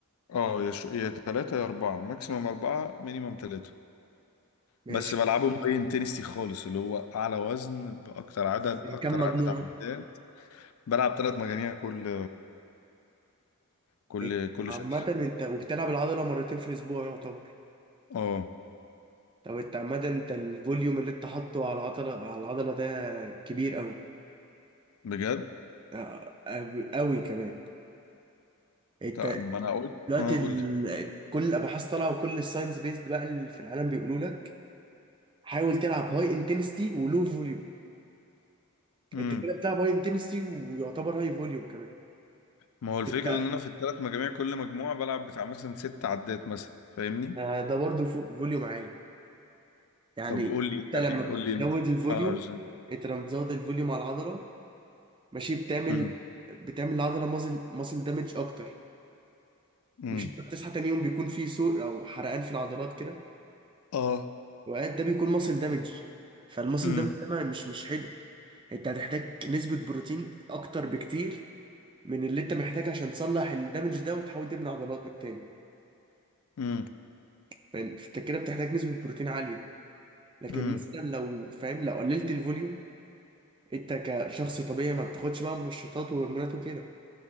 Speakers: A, on the left; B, on the right.
A: اه يا شو... يا تلاتة يا أربعة ماكسيمم أربعة مينيمم تلاتة
B: ماشي
A: بس بلعبه مبين تنستي خالص اللي هو أعلى وزن بأكتر عدد أكتر
B: كم مجموعة؟
A: عدد عدات بلعب تلات مجاميع كل كل
B: إنت
A: كل
B: عامة
A: شكل
B: انت وبتلعب العضلة مرتين في الأسبوع يعتبر
A: اه
B: طب انت عامة انت الفوليوم اللي انت حاطه على العضلة على العضلة ده كبير أوي
A: بجد
B: آه، آه، أوي كمان انت
A: طب ما أنا أقول
B: دلوقتي
A: اه قول
B: ال...
A: لي
B: كل الأبحاث طالعة وكل الساينس بيزد بقى اللي في العالم بيقولوا لك حاول تلعب هاي انتنستي ولو فوليوم
A: امم
B: انت كده بتلعب هاي انتنستي ويعتبر هاي فوليوم كمان
A: ما هو الفكرة
B: انت
A: إن أنا في التلات مجاميع كل مجموعة بلعب بتاع مثلا ست عدات مثلا فاهمني
B: آه، ده برضه فو- فوليوم عالي يعني
A: طب قول لي
B: انت
A: يعني
B: لما
A: قول لي
B: بتزود الفوليوم
A: ألعب إزاي
B: انت لما بتزود الفوليوم على العضلة ماشي بتعمل
A: امم
B: بتعمل العضله مازل مازل دامج اكتر
A: امم
B: مش انت بتصحى تاني يوم بيكون في سوء او حرقان في العضلات كده
A: اه
B: وقاعد ده بيكون ماسل دامج فالماسل
A: امم
B: دامج ده ما- مش مش حلو انت هتحتاج نسبه بروتين اكتر بكتير من اللي انت محتاج عشان تصلح الدامج ده وتحاول تبني عضلات تاني
A: امم
B: فاهم؟ فانت كده بتحتاج نسبه بروتين عاليه لكن
A: امم
B: مثلا لو فاهم لو قللت الفوليوم انت كشخص طبيعي ما بتاخدش بقى منشطات وهرمونات وكده